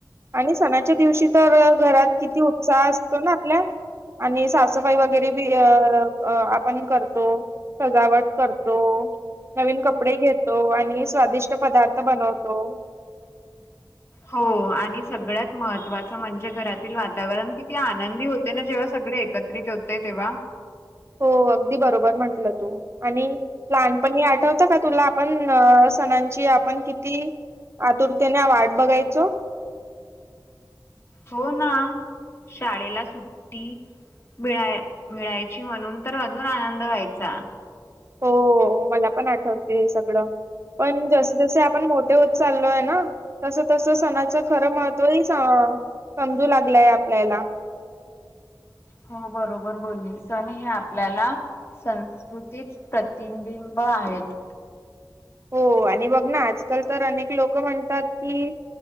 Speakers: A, on the right; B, on the left.
A: आणि सणा आच्या दिवशी तर घरात किती उत्साह असतो ना आपल्या आणि साफसफाई वगैरे बी अ आपण करतो सजावट करतो नवीन कपडे घेतो आणि स्वादिष्ट पदार्थ बनवतो
B: हो आणि सगळ्यात महत्त्वाचं म्हणजे घरातील वातावरण किती आनंदी होते ना जेव्हा स सगळे एकत्रित होतय तेव्हा
A: हो अगदी बरोबर म्हंटलं तू आणि ललहान पण आठवत का तुला आपण सणांची आपण किती आतुरतेने वाट बघायचो
B: हो ना शाळेला सुट्टी मिळाय मिळायची म्हणून तर अजून आनंद व्हायचा
A: हो मला पण आठवते हे सगळं पण जसे जसे आपण मोठे हो चाललो आहे ना तस तस सणाच खरं महत्त्व ह समजू लागलाय आपल्याला
B: हो बरोबर बोलली सण हे आपल्याला संस्कृतीत प्रतिबिब आहेत
A: हो आणि बघ ना आजकाल तर अनेक लोक म्हणतात कि